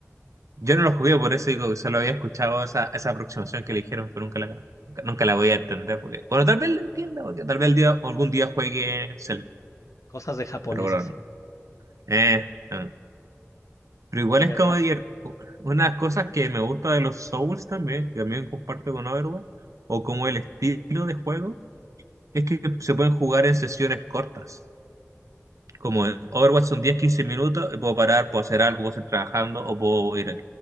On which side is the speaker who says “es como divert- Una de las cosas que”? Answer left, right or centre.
Right